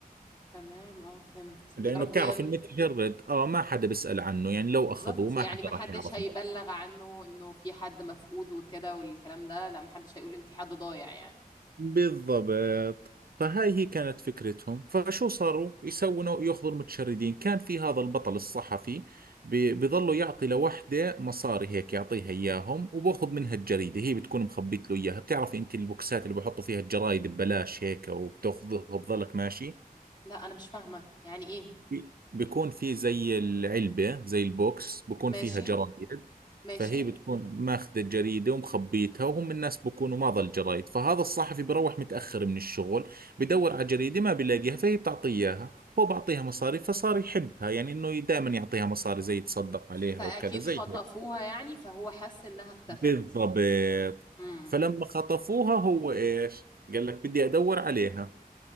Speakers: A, on the left; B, on the right.
A: تمام اه فهمت
B: لانه
A: يا رب
B: بتعرف المتجرد اه ما حدا بيسأل عنه يعني لو
A: بالظبط
B: اخذوه ما
A: يعني
B: حدا
A: ما حدش
B: راح يعرف
A: هيبلغ
B: عنه.
A: عنه انه في حد مفقود وكده والكلام ده لا ما حدش هيقول ان في حد ضايع يعني
B: بالضبط فهاي هي كانت فكرتهم فشو صاروا يسووا ياخذوا المتشردين كان في هذا البطل الصحفي بي- بيظلوا يعطي لوحده مصاري هيك يعطيها اياهم وباخذ منها الجريدة هي بتكون مخبيت له اياها بتعرفي انت البوكسات اللي بحطوا فيها الجرايد ببلاش هيك وبتاخذها وبظلك ماشي
A: لا انا مش فاهمة يعني ايه
B: في- بيكون في زي العلبة زي البوكس بيكون
A: ماشي
B: فيها جرايد
A: ماشي
B: فهي بتكون ماخذة الجريدة ومخبيتها وهم الناس بكونوا ماضى الجرايد فهذا الصحفي بروح متأخر من الشغل بدور على جريدة ما بيلاقيها فهي بتعطيه إياها هو بعطيها مصاري فصار يحبها يعني إنه دائما يعطيها مصاري زي يتصدق عليها
A: فاكيد
B: وكذا زي
A: خطفوها
B: هيك
A: يعني فهو حس انها اختفت
B: بالضبط
A: امم
B: فلما خطفوها هو إيش قال لك بدي أدور عليها